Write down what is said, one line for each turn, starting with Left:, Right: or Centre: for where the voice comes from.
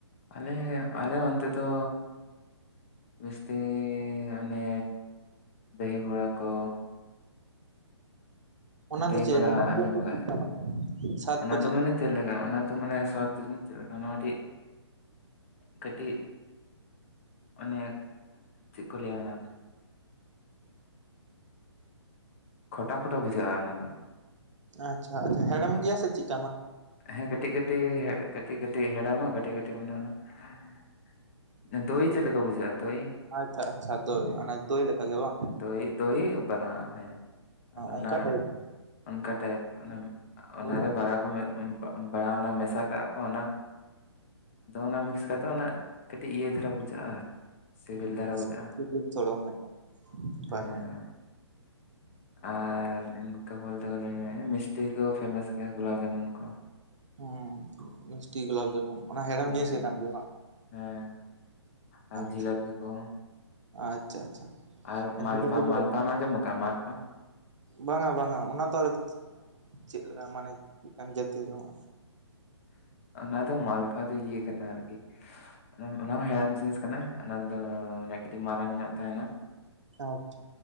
Left: ᱟᱞᱮ ᱟᱞᱮ ᱚᱱᱛᱮ ᱫᱚ ᱡᱟᱥᱛᱤ ᱢᱟᱱᱮ ᱰᱟᱹᱦᱤ ᱵᱚᱲᱟ ᱠᱚ
Right: ᱚᱱᱟ
Left: ᱫᱟᱹᱦᱤ
Right: ᱫᱚ ᱪᱮᱫ
Left: ᱵᱚᱲᱟ
Right: ᱦᱮᱫ
Left: ᱟᱸᱡᱚᱢ
Right: ᱜᱮᱭᱟ ᱪᱮᱫ
Left: ᱟᱠᱟᱫ
Right: ᱠᱟᱱᱟᱜ ᱠᱟᱱᱟ ᱥᱟᱫ
Left: ᱚᱱᱟ
Right: ᱠᱚ
Left: ᱫᱚ ᱢᱟᱱᱮ ᱪᱮᱫ ᱞᱮᱠᱟ ᱚᱱᱟ ᱫᱚ ᱢᱟᱱᱮ ᱥᱚᱫ ᱪᱮᱫ ᱞᱮᱠᱟ ᱱᱚᱣᱟ ᱴᱤᱡ ᱠᱟᱹᱴᱤᱡ ᱚᱱᱮ ᱪᱮᱫ ᱠᱚ ᱞᱟᱹᱭᱟ ᱚᱱᱟ ᱠᱷᱚᱴᱟ ᱠᱷᱚᱴᱟ ᱵᱩᱡᱷᱟᱹᱜᱼᱟ ᱚᱱᱟ ᱫᱚ
Right: ᱟᱪᱪᱷᱟ ᱟᱪᱪᱷᱟ ᱦᱮᱲᱮᱢ ᱜᱮᱭᱟ ᱥᱮ ᱪᱮᱫ
Left: ᱦᱮᱸ ᱠᱟᱹᱴᱤᱡ ᱠᱟᱹᱴᱤᱡ ᱠᱟᱹᱴᱤᱡ ᱠᱟᱹᱴᱤᱡ ᱦᱮᱲᱟᱢ ᱟ ᱫᱳᱭ ᱪᱮᱫ ᱞᱮᱠᱟ ᱵᱩᱡᱟᱜ ᱟ ᱫᱳᱭ
Right: ᱟᱪᱪᱷᱟ ᱟᱪᱪᱷᱟ ᱫᱳᱭ ᱚᱱᱟ ᱫᱳᱭ ᱞᱮᱠᱟ ᱜᱮ ᱵᱟᱝ
Left: ᱫᱳᱭ ᱫᱳᱭ ᱵᱟᱨᱟ ᱦᱮᱸ ᱟᱫᱚ
Right: ᱚᱱᱠᱟ
Left: ᱚᱱᱟ
Right: ᱴᱟᱭᱤᱯ
Left: ᱚᱱᱠᱟ ᱴᱟᱭᱤᱯ ᱚᱱᱟ
Right: ᱯᱩᱨᱟᱹ
Left: ᱚᱱᱟᱨᱮ ᱵᱟᱲᱟ ᱠᱚ ᱵᱟᱲᱟᱣᱱᱟ ᱢᱮᱥᱟ ᱠᱟᱜᱼᱟ ᱠᱚ ᱚᱱᱟ ᱟᱫᱚ ᱚᱱᱟ ᱢᱤᱠᱥ ᱠᱟᱛᱮ ᱚᱱᱟ ᱠᱟᱹᱴᱤᱡ ᱤᱭᱟᱹ ᱫᱷᱟᱨᱟ ᱵᱩᱡᱷᱟᱹᱜᱼᱟ ᱟᱨ ᱥᱤᱵᱤᱞ
Right: ᱦᱩᱸ
Left: ᱫᱷᱟᱨᱟ ᱵᱩᱡᱷᱟᱹᱜᱼᱟ
Right: ᱥᱤᱵᱤᱞ ᱥᱚᱲᱚᱢ ᱢᱤᱫᱴᱟᱝ ᱵᱮᱯᱟᱨ
Left: ᱦᱮᱸ ᱟᱨ ᱤᱱᱠᱟ ᱵᱚᱞᱛᱮ ᱢᱤᱥᱴᱤ ᱠᱚ ᱯᱷᱮᱢᱟᱥ ᱜᱮᱭᱟ ᱜᱩᱞᱟᱵ ᱡᱟᱢᱩᱱ ᱠᱚ
Right: ᱦᱮᱸ ᱢᱤᱥᱴᱤ ᱜᱩᱞᱟᱯ ᱡᱟᱢᱩᱱ ᱚᱱᱟ ᱦᱮᱲᱮᱢ
Left: ᱦᱮᱸ
Right: ᱡᱤᱱᱤᱥ ᱜᱮ ᱠᱟᱱ ᱜᱮᱭᱟ ᱵᱟᱝ
Left: ᱦᱮᱸ ᱟᱨ
Right: ᱟᱪᱪᱷᱟ
Left: ᱡᱷᱤᱞᱟᱹᱯᱤ ᱠᱚ
Right: ᱟᱪᱪᱷᱟ ᱟᱪᱪᱷᱟ
Left: ᱟᱨ ᱢᱟᱞᱯᱟ
Right: ᱡᱷᱤᱞᱟᱹᱯᱤ ᱫᱚ
Left: ᱢᱟᱞᱯᱟ ᱢᱟ ᱡᱚᱢᱠᱟᱟᱜ ᱢᱟᱞᱯᱟ
Right: ᱵᱟᱝᱟ ᱵᱟᱝᱟ ᱚᱱᱟ ᱛ ᱟᱨ ᱪᱮᱫ ᱞᱮᱠᱟ ᱢᱟᱱᱮ ᱪᱮᱫ ᱡᱟᱹᱛᱤ ᱡᱚᱝ
Left: ᱚᱱᱟ ᱫᱚ ᱢᱟᱞᱯᱷᱟ ᱫᱚ ᱤᱭᱟᱹ ᱠᱟᱱᱟ ᱟᱨᱠᱤ ᱚᱱᱟ ᱦᱚᱸ ᱦᱮᱲᱮᱢ ᱡᱤᱱᱤᱥ ᱠᱟᱱᱟ ᱚᱱᱟ ᱫᱚ ᱢᱟᱱᱮ ᱠᱟᱹᱴᱤᱡ ᱢᱟᱨᱟᱝ ᱧᱚᱜ ᱛᱟᱦᱮᱱᱟ
Right: ᱟᱪᱪᱷᱟ